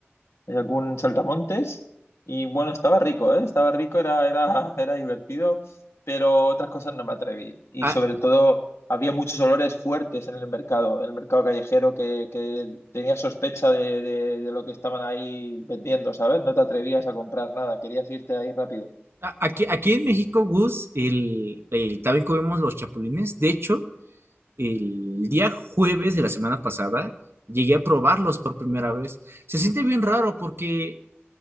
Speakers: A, on the left (about 85°); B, on the right (about 65°).
A: hay algún saltamontes. Y bueno, estaba rico, ¿eh? Estaba rico, era, era, era divertido, pero otras cosas no me atreví. Y
B: Ah,
A: sobre todo, había muchos olores fuertes en el mercado, en el mercado callejero, que, que tenía sospecha de, de, de lo que estaban ahí vendiendo, ¿sabes? No te atrevías a comprar nada, querías irte ahí rápido.
B: A- Aquí, aquí en México, Gus, el, el- también comemos los chapulines. De hecho, el día jueves de la semana pasada llegué a probarlos por primera vez. Se siente bien raro porque